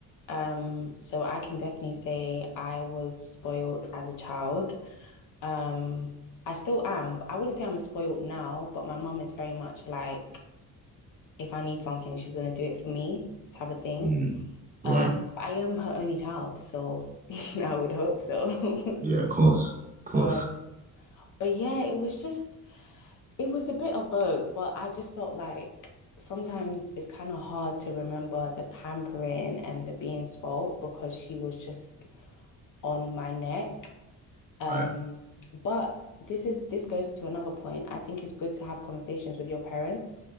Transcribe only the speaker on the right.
Mm, right.
Yeah, of course. Of course.
Right.